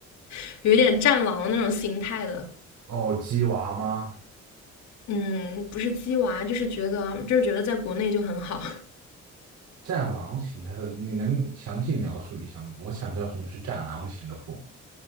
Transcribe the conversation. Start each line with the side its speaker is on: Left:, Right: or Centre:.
Left: <laughs> 有一点战狼那种心态的。
Right: 哦，鸡娃吗？
Left: 嗯，不是鸡娃，就是觉得就是觉得在国内就很好。
Right: 战狼型，它是？你能详细描述一下吗？我想知道什么是战狼型的父母。